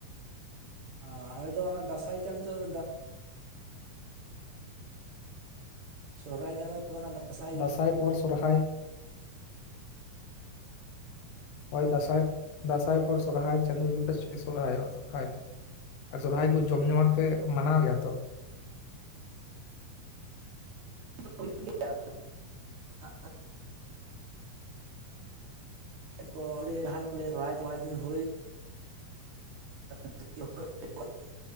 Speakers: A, on the right; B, on the left.
A: ᱚ ᱟᱞᱮ ᱫᱚ ᱚᱱᱟ ᱫᱟᱸᱥᱟᱭ ᱪᱟᱸᱫᱚᱳ ᱥᱚᱨᱚᱦᱟᱭ ᱪᱟᱹᱫᱚ ᱚᱱᱟ ᱫᱚ <inaudible>
B: ᱫᱟᱸᱥᱟᱭ ᱯᱚᱨ ᱥᱚᱨᱦᱟᱭ ᱦᱚᱭ ᱫᱟᱥᱟᱭ ᱫᱟᱸᱥᱟᱭ ᱯᱚᱨ ᱥᱚᱨᱦᱟᱭ ᱪᱟᱸᱫᱳ ᱜᱮ ᱯᱮ ᱥᱚᱨᱦᱟᱭᱚᱜ-ᱟ ᱥᱚᱨᱦᱟᱭ ᱫᱚ ᱟᱨ ᱥᱚᱨᱚᱦᱟᱭ ᱠᱚ ᱡᱚᱢ ᱡᱚᱢᱚᱴ ᱯᱮ ᱢᱟᱱᱟᱣ ᱜᱮᱭᱟ ᱛᱚ
A: ᱦᱩᱭᱩᱜ ᱜᱮᱭᱟ <inaudible> ᱰ ᱠᱚ ᱥᱚᱨᱦᱟᱭ ᱫᱚ <inaudible> ᱫᱤᱱ ᱦᱩᱭ <inaudible>